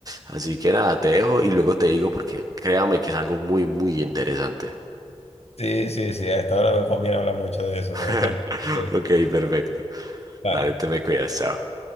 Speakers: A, on the right; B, on the left.
A: Así que nada, te dejo y luego te digo porque créame que es algo muy, muy interesante.
B: Sí, sí, sí, a esta hora no conviene hablar mucho de eso,
A: <laughs>
B: ¿no? <laughs> Sí,
A: Ok, perfecto.
B: vale.
A: Dale, te me cuidas, chao.